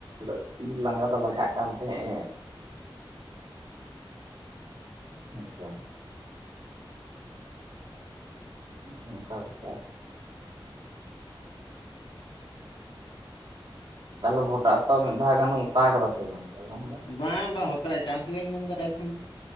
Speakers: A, on the right (about 60°); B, on the left (about 85°).
A: <unintelligible> ᱞᱟᱸᱜᱟ ᱫᱚ ᱞᱟᱜᱟᱜ ᱠᱟᱱ ᱛᱟᱦᱮᱸᱜ ᱟᱪ ᱪᱷᱟ ᱚᱱᱠᱟ ᱜᱮ ᱛᱟᱦᱞᱮ ᱵᱷᱚᱴᱟ ᱛᱚ ᱢᱤᱫ ᱫᱷᱟᱣ ᱜᱟᱱᱮᱢ ᱚᱛᱟ ᱠᱟᱫᱟ ᱥᱮ ᱵᱟᱝ? ᱛᱟᱦᱚᱞᱮ ᱟᱢ ᱫᱚ
B: ᱵᱟᱝ ᱵᱟᱝ ᱚᱛᱟᱨᱟᱜ ᱪᱟᱱᱥ ᱵᱟᱹᱧ ᱧᱟᱢ ᱟᱠᱟᱫᱟ ᱮᱠᱷᱚᱱ ᱦᱚᱸ᱾